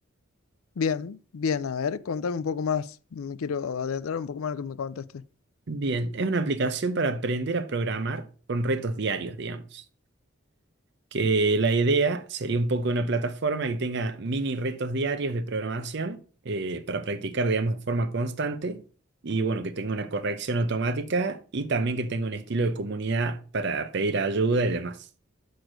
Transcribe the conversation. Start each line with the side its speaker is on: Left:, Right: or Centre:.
Left: Bien, bien, a ver, contame un poco más, me quiero adentrar un poco más en lo que me contaste.
Right: Bien, es una aplicación para aprender a programar con retos diarios, digamos. que la idea sería un poco una plataforma que tenga mini retos diarios de programación eh, para practicar, digamos, de forma constante y bueno, que tenga una corrección automática y también que tenga un estilo de comunidad para pedir ayuda y demás.